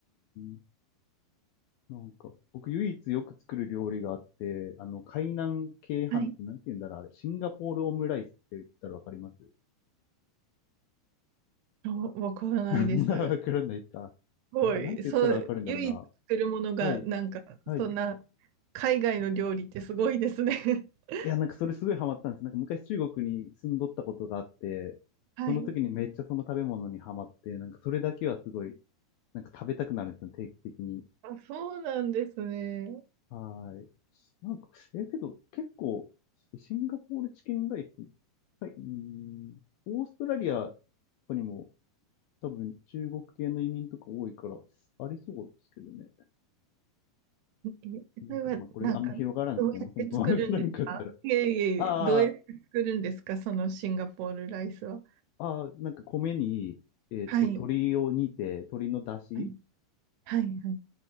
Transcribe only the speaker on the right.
はい。
あわからないです。
す
ごい。
そう、唯一作るものが、
なんか、
そんな、海外の料理ってすごいですね。<laughs>
はい。
あ、そうなんですね。
え、
それはなんか、
どうやって作るんですかいえいえいえ、
どうやって作るんですかそのシンガポールライスは。
はい、
はい、はい、はい。